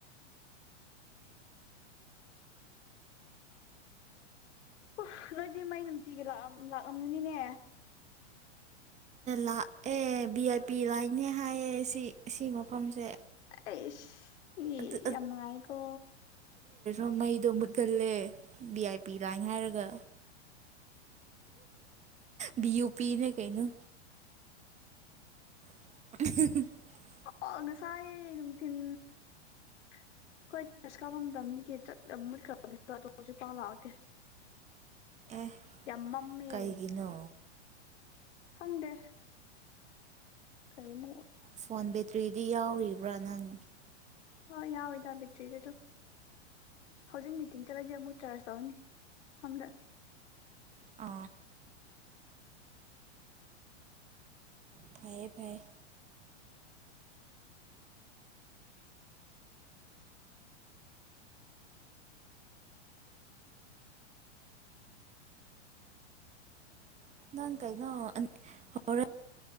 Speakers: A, on the left; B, on the right.
A: ꯎ ꯅꯣꯏꯗꯤ ꯃꯩ ꯅꯨꯡꯇꯤꯒꯤ ꯂꯥꯛꯑꯝꯒꯅꯤꯅꯦ
B: ꯂꯥꯛꯑꯦ ꯑꯦ ꯚꯤ ꯑꯥꯏ ꯄꯤ ꯂꯥꯏꯅꯦ ꯍꯥꯏꯌꯦ ꯁꯤ ꯁꯤ ꯃꯐꯝꯁꯦ
A: ꯑꯁ ꯌꯦ
B: ꯑꯗꯨ
A: ꯌꯥꯝꯅꯨꯡꯉꯏꯀꯣ
B: ꯣ ꯃꯩꯗꯣ ꯃꯨꯠꯀꯜꯂꯦ ꯕꯤ ꯑꯥꯏ ꯄꯤꯤ ꯂꯥꯏ ꯍꯥꯏꯔꯒ ꯕꯤ ꯌꯨ ꯄꯤꯅ ꯀꯩꯅꯣ <unintelligible>
A: ꯑꯣ ꯉꯁꯥꯏ ꯅꯨꯡꯊꯤꯟ ꯑꯩꯈꯣꯏ ꯇꯔꯁ ꯀꯥꯄꯗꯅꯤꯒꯤ ꯆ ꯃꯨꯠꯈ꯭ꯔꯕꯅꯤ ꯑꯗꯨꯣ ꯍꯧꯖꯤꯛ ꯄꯥꯎ ꯂꯥꯛꯑꯣꯗꯦ
B: ꯑꯦ
A: ꯌꯥꯝꯃꯝꯃꯤ
B: ꯀꯩꯒꯤꯅꯣ
A: ꯍꯪꯗꯦ ꯀꯥꯏꯃ
B: ꯐꯣꯟ ꯕꯦꯇꯔꯤꯗꯤ ꯌꯥꯎꯔꯤꯕ꯭ꯔꯥ ꯅꯪ
A: ꯍꯣꯏ ꯌꯥꯎꯋꯦꯗ ꯕꯦꯇ꯭ꯔꯤꯗ ꯑꯗꯨ ꯍꯧꯖꯤꯛ ꯃꯤꯇꯤꯡ ꯆꯠꯂꯗꯤ ꯑꯃꯨꯛ ꯆꯥꯔꯖ ꯇꯧꯅꯤ ꯁꯣꯝꯗ
B: ꯑ ꯐꯩꯦ ꯐꯩꯦ ꯅꯥꯟ ꯀꯥꯏꯩꯅꯔ